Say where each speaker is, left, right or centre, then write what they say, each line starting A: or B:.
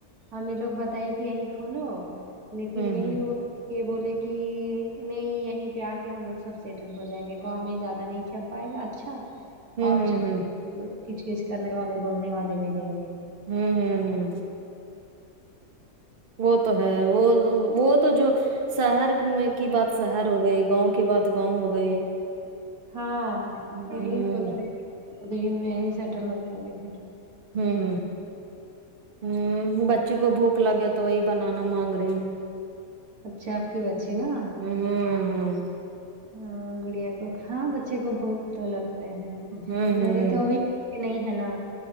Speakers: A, on the right; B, on the right.
A: امی لوگ بتائی کہ یہیں کھولو لیکن
B: ہوں
A: یہی
B: ہوں
A: ہوا یہ بولے کہ نہیں یہیں پہ آ کے ہم لوگ سب سیٹل ہو جائیں گے گاؤں میں زیادہ نہیں چل پائے گا اچھا
B: ہوں
A: اور
B: ہوں
A: کچ کچ کرنے والے بولنے والے ملیں گے
B: ہوں ہوں ہوں وہ تو ہے وہ وہ تو جو شہر میں کی بات شہر ہو گئی گاؤں کی بات گاؤں ہو گئی
A: ہاں
B: ہوں
A: یہی سوچ
B: ہوں
A: رہے سعودی میں ہی سیٹل ہوتا ہو پھر
B: ہوں ہوں ہوں بچی کو بھوک لگے تو وہی بنانا مانگ رہی ہے
A: اچھا آپ کی بچی نا
B: ہوں ہوں ہوں ہوں
A: ہاں گڑیا کو ہاں بچے کو بھوک تو لگتے ہیں
B: ہوں ہوں
A: میرے تو ابھی نہیں ہے نا